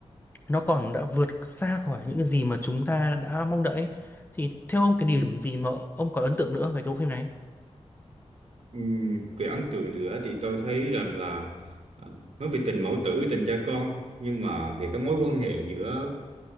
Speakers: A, on the left; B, on the right.
A: nó còn đã vượt xa khỏi những cái gì mà chúng ta đã mong đợi ấy. Thì theo ông cái điểm gì mà ông còn ấn tượng nữa về cái bộ phim này
B: Ừm, về ấn tượng nữa thì tôi thấy rằng là à, nói về tình mẫu tử tình cha con nhưng mà về cái mối quan hệ giữa